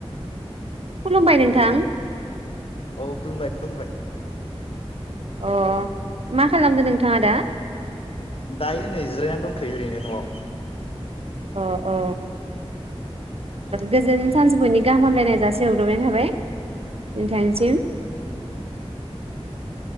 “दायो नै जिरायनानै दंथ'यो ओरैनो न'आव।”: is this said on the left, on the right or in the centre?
Left